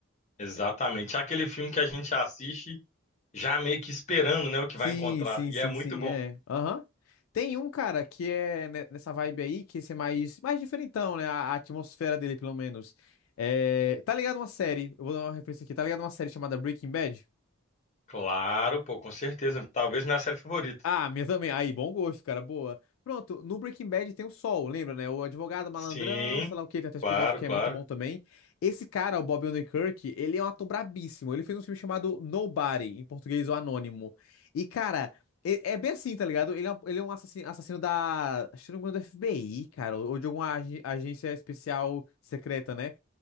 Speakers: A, on the left; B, on the left.
A: Exatamente. É aquele filme que a gente assiste já meio que esperando, né, o que
B: Sim,
A: vai encontrar.
B: sim,
A: E
B: sim,
A: é muito
B: sim,
A: bom.
B: é. Aham. Tem um, cara, que é ne- nessa vibe aí, que esse é mais, mais diferentão, né? A, a atmosfera dele, pelo menos. É, tá ligado uma série, eu vou dar uma referência aqui, tá ligado uma série chamada Breaking Bad?
A: Claro, pô, com certeza. Talvez minha série favorita.
B: Ah, minha também. Aí, bom gosto, cara. Boa. Pronto, no Breaking Bad tem o Sol, lembra, né? O advogado malandrão,
A: Sim,
B: sei lá o quê, tem até o spin-off
A: claro,
B: que
A: claro.
B: é muito bom também. Esse cara, o Bob Odenkirk, ele é um ator brabíssimo. Ele fez um filme chamado Nobody, em português, o Anônimo. E, cara, é, é bem assim, tá ligado? Ele é, um- ele é um assassino, assassino da. Acho que não me engano, da FBI, cara, ou de alguma agi- agência especial secreta, né?